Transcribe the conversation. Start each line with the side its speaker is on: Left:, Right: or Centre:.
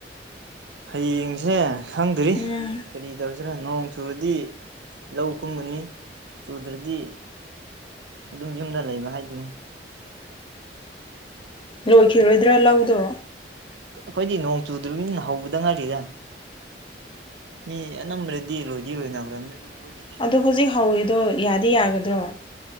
Right: ꯍꯌꯦꯡꯖꯦ ꯈꯪꯗ꯭ꯔꯤ
Left: ꯎꯝ
Right: ꯀꯔꯤ ꯇꯧꯁꯤꯔ ꯅꯣꯡ ꯆꯨꯔꯗꯤ ꯂꯧ ꯀꯨꯝꯒꯅꯤ ꯆꯨꯗ꯭ꯔꯗꯤ ꯑꯗꯨꯝ ꯌꯨꯝꯗ ꯂꯩꯕ ꯍꯥꯏꯗꯨꯅꯤ
Left: ꯂꯣꯏꯈꯤꯔꯣꯏꯗ꯭ꯔꯥ ꯂꯧꯗꯣ
Right: ꯑꯈꯣꯏꯗꯤ ꯅꯣꯡ ꯆꯨꯗ꯭ꯔꯃꯤꯅ ꯍꯧꯕꯗ ꯉꯥꯢꯔꯤꯗ ꯃꯤ ꯑꯅꯝꯕꯅꯗꯤ ꯂꯣꯏꯗꯤ ꯂꯣꯏꯅꯒ꯭ꯔꯝꯅꯤ ꯑꯗꯨ ꯈꯣꯏꯒꯤ
Left: ꯑꯗꯨ ꯍꯨꯖꯤꯛ ꯍꯧꯔꯤꯗꯣ ꯌꯥꯗꯤ ꯌꯥꯒꯗ꯭ꯔꯣ